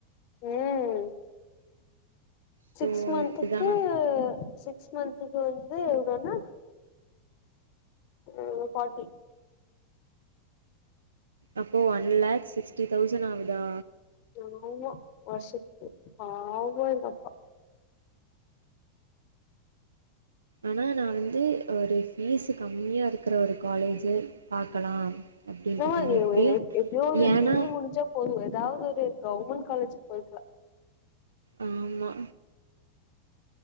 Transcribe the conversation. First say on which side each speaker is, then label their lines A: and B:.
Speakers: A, on the left; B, on the right.
A: ம்
B: சோ
A: சிக்ஸ் மந்த்துக்கு
B: எப்டிதானோ
A: சிக்ஸ் மந்த்துக்கு வந்து எவ்ளோனா ம் ஃபார்ட்டி
B: அப்போ ஒன் லேக் சிக்ஸ்டி தௌசண்ட் ஆவுதா
A: ம் ஆமா வர்ஷத்துக்கு பாவ எங்கப்பா
B: ஆனா நா வந்து ஒரு ஃபீஸு கம்மியா இருக்கிற ஒரு காலேஜு பாக்கலா அப்டின்ருக்கே
A: ஏதோ
B: எப்டியு
A: எப்டியோ ஒரு
B: ஏன்னா
A: டிகிரி முடிச்சா போது எதாவ்து ஒரு கவர்மெண்ட் காலேஜ்க்கு போய்க்லா
B: ஆமா